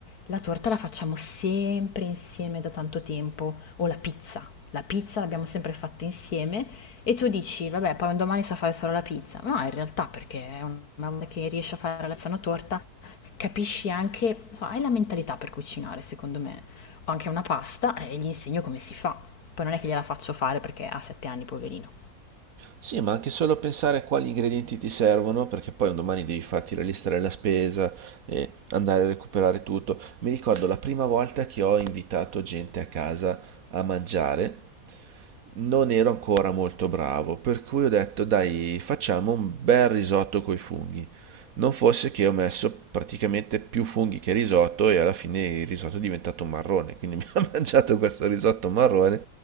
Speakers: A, on the left; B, on the right.
A: la torta la facciamo sempre insieme da tanto tempo, o la pizza. La pizza l'abbiamo sempre fatta insieme e tu dici, vabbè, poi un domani sa fare solo la pizza. No, in realtà perché è una volta che riesci a fare la pizza una torta, Capisci anche, so, hai la mentalità per cucinare, secondo me. Ho anche una pasta e gli insegno come si fa. Poi non è che gliela faccio fare perché ha sette anni, poverina.
B: Sì, ma anche solo pensare a quali ingredienti ti servono, perché poi un domani devi farti la lista della spesa e andare a recuperare tutto. Mi ricordo la prima volta che ho invitato gente a casa a mangiare, non ero ancora molto bravo, per cui ho detto, dai, facciamo un bel risotto coi funghi. Non fosse che ho messo praticamente più funghi che risotto e alla fine il risotto è diventato marrone, quindi mi ho <laughs> mangiato questo risotto marrone.